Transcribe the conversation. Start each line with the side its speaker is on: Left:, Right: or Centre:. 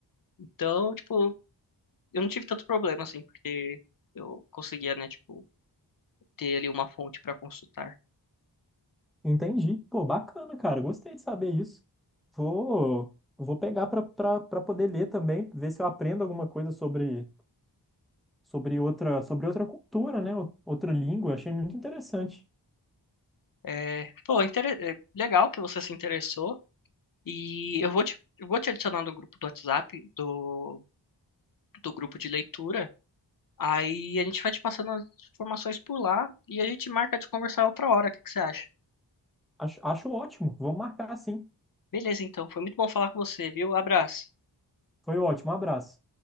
Left: Então, tipo, eu não tive tanto problema, assim, porque eu conseguia, né, tipo, ter ali uma fonte para consultar.
Centre: entendi. Pô, bacana, cara. Gostei de saber isso. Vou, vou pegar pra, pra, pra poder ler também, ver se eu aprendo alguma coisa sobre. sobre outra, sobre outra cultura, né? Outra língua. Achei muito interessante.
Left: É, pô, intere- é, legal que você se interessou e eu vou te, eu vou te adicionar no grupo do WhatsApp, do, do grupo de leitura. Aí a gente vai te passando as informações por lá e a gente marca de conversar outra hora. O que que você acha?
Centre: Acho, acho ótimo. Vamos marcar sim.
Left: Beleza, então. Foi muito bom falar com você, viu? Abraço.
Centre: Foi ótimo. Um abraço.